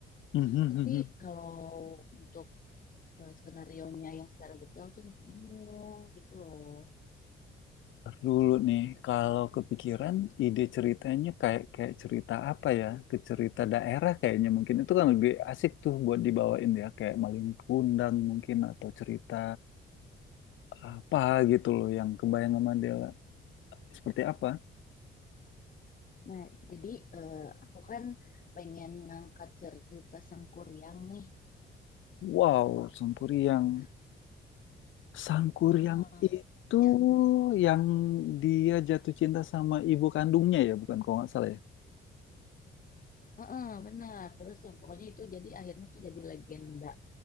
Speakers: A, on the left; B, on the left.
A: Mhm,
B: Tapi
A: mhm.
B: kalau untuk eh, skenarionya yang secara detail tuh masih bingung gitu loh.
A: Ntar Dulu nih, kalau kepikiran ide ceritanya kayak kayak cerita apa ya? Ke cerita daerah kayaknya mungkin itu kan lebih asik tuh buat dibawain ya, kayak Maling Kundang mungkin atau cerita apa gitu loh yang kebayang sama Dela. Seperti apa?
B: Nah, jadi eh, aku kan pengen ngangkat cerita Sangkuriang nih.
A: Wow, Sangkuriang.
B: Nah,
A: Sangkur
B: heeh,
A: yang itu
B: yang
A: yang dia jatuh cinta sama ibu kandungnya ya, bukan kalau nggak salah ya.
B: heeh, benar. Terus yang pokoknya itu jadi akhirnya tuh jadi legenda